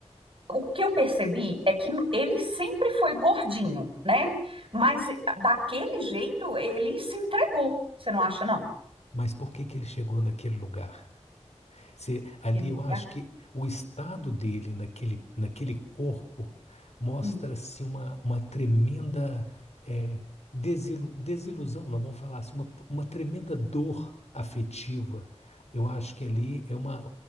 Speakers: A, on the right; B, on the left.
A: o que eu percebi é que ele sempre foi gordinho, né? Mas daquele jeito ele se entregou. Você não acha, não?
B: Mas por que que ele chegou naquele lugar? Se ali
A: Aquele
B: eu
A: lugar?
B: acho que o estado dele naquele, naquele corpo mostra-se
A: Hum.
B: uma, uma tremenda eh, desilu- desilusão, não vamos falar assim, uma, uma tremenda dor afetiva. Eu acho que ali é uma